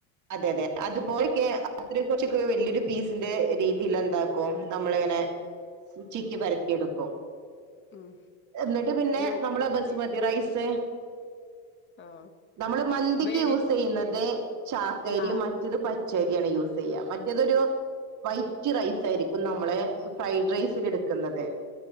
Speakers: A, on the right; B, on the left.
A: അതെ അതെ അതുപോലിക്കെ അത്രയും കുറച്ചിക്ക് വലിയൊരു പീസിന്റെ രീതിയില എന്താക്കും നമ്മളിങ്ങനെ ഉച്ചി ക്കി പരത്തിയെടുക്കോ
B: ഉം
A: എന്നിട്ട് പിന്നെ
B: യു
A: നമ്മളെ ബസുമതി റൈസ്
B: ആ
A: നമ്മള് മന്തിക്ക്
B: വേവി
A: യൂസെയ്യുന്നത് ചാക്കരിയും
B: ആ
A: മറ്റത് പ ച്ചരിയാണ് യൂസെയ്യാം മറ്റേതൊരു വൈറ്റ് റൈസായിരിക്കും നമ്മളെ ഫ്രൈഡ് റൈസിന് എടു ക്കുന്നതേ